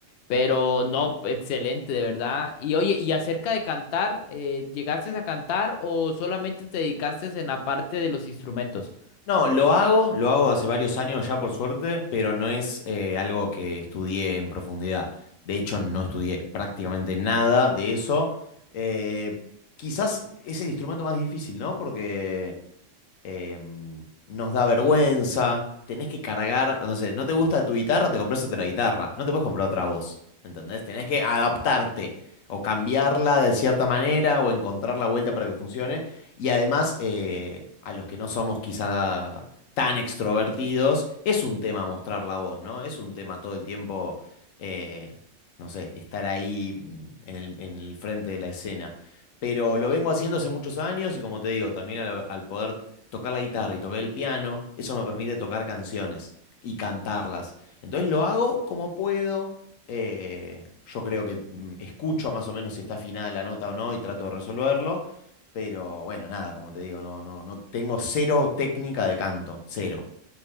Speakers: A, on the left; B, on the left.
A: Pero no, excelente, de verdad. Y oye, y acerca de cantar, eh, ¿llegaste a cantar o solamente te dedicaste en la parte de los instrumentos?
B: No, lo hago, lo hago hace varios años ya por suerte, pero no es eh, algo que estudié en profundidad. De hecho, no estudié prácticamente nada de eso. Eh, quizás es el instrumento más difícil, ¿no? Porque em, nos da vergüenza, tenés que cargar, no sé, no te gusta tu guitarra, te compras otra guitarra, no te puedes comprar otra voz, ¿entendés? Tenés que adaptarte o cambiarla de cierta manera o encontrar la vuelta para que funcione. Y además, eh, a los que no somos quizá tan extrovertidos, es un tema mostrar la voz, ¿no? Es un tema todo el tiempo, eh, no sé, estar ahí mm, en el, en el frente de la escena pero lo vengo haciendo hace muchos años y como te digo, también al, al poder tocar la guitarra y tocar el piano, eso me permite tocar canciones y cantarlas. Entonces lo hago como puedo. eh, yo creo que mm, escucho más o menos si está afinada la nota o no y trato de resolverlo. Pero bueno, nada, como te digo, no, no, no tengo cero técnica de canto, cero.